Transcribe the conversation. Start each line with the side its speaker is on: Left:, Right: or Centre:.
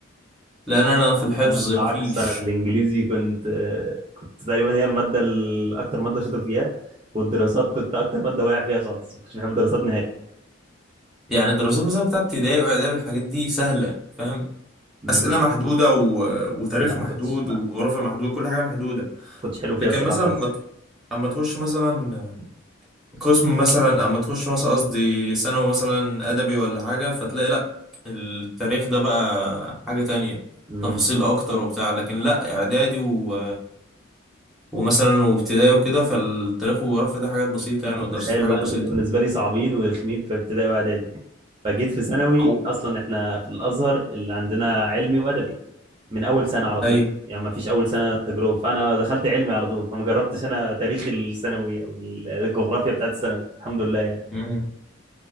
Centre: لان انا في الحفظ
Right: انا العكس
Centre: ما فيش
Right: انا الانجليزي كنت آه، كنت تقريبا هي المادة ال- اكتر مادة شاطر فيها والدراسات كنت اكتر مادة واقع فيها خالص ما كنتش بحب الدراسات نهائي
Centre: يعني الدراسات مثلا بتاعت ابتدائي واعدادي والحاجات دي سهله فاهم
Right: امم
Centre: اسئله محدوده و...
Right: بس
Centre: وتاريخ
Right: لا ما
Centre: محدود
Right: كنتش ما
Centre: وجغرافيا محدوده كل حاجه محدوده
Right: كنتش حلو فيها
Centre: لكن
Right: الصراحة
Centre: مثلا
Right: خالص
Centre: ما ت- اما تخش مثلا قسم مثلا اما تخش مثلا قصدي ثانوي مثلا ادبي ولا حاجه فتلاقي لا التاريخ ده بقى حاجه تانية
Right: امم
Centre: تفاصيل اكتر وبتاع لكن لا اعدادي و... ومثلا وابتدائي وكده فالتاريخ والجغرافيا ده حاجات بسيطه يعني
Right: لا
Centre: ودراسة
Right: تخيل
Centre: حاجات
Right: بقى
Centre: بسيطه
Right: انا كنت بالنسبة لي صعبين ورخمين في ابتدائي واعدادي فجيت في ثانوي
Centre: أو...
Right: اصلا احنا في الازهر اللي عندنا علمي وادبي من اول سنه على طول
Centre: ايوه
Right: يعني ما فيش اول سنه تجربه فانا دخلت علمي على طول فما جربتش انا تاريخ الثانوي او الجغرافيا بتاعت الثانوي الحمد لله يعني
Centre: ايوه